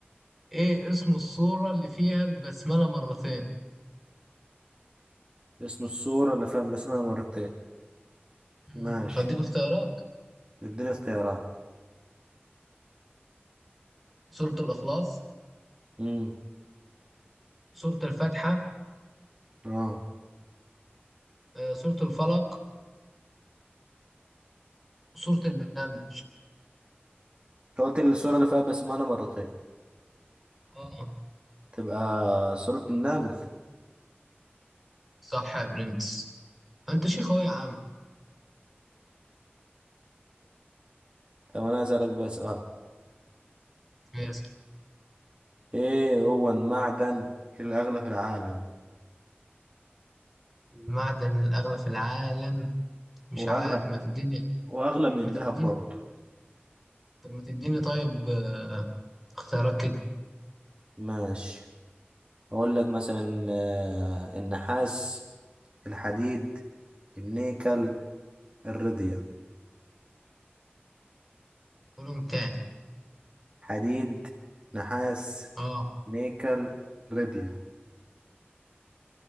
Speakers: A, in the centre; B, on the right (about 30°).
A: ايه اسم الصورة اللي فيها البسملة مرتين
B: اسم الصورة اللي فيها بسمة مرتين
A: مم.
B: ماشي
A: هديك اختيارات
B: اديني اختيارات
A: سورة الاخلاص
B: امم
A: سورة الفاتحة
B: اه
A: آه، سورة الفلق سورة النمل
B: أنت قلت لي الصورة اللي فيها بسمة مرتين
A: اه
B: تبقى صورة النمل
A: صح يا برنس انت شيخ اهو يا عم
B: طب أنا عايز أسألك بقى سؤال
A: يس.
B: إيه هو المعدن الأغلى في العالم
A: المعدن الأغلى في العالم مش
B: وأغلى
A: عارف ما تديني
B: وأغلى من الذهب
A: ما تديني
B: برضه
A: طب ما تديني طيب آه، اختيارات كده
B: ماشي أقول لك مثلا آه، النحاس الحديد النيكل الرديا
A: قولهم تاني
B: حديد نحاس
A: اه
B: نيكل رديا